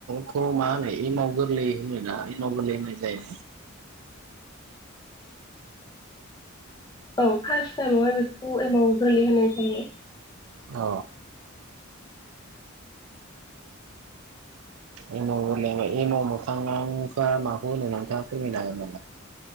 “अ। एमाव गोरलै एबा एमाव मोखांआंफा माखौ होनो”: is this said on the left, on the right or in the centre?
Right